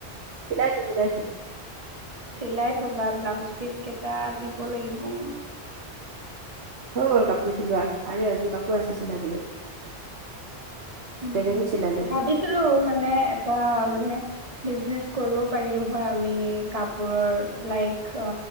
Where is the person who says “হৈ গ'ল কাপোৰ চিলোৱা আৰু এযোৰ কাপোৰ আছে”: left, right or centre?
Right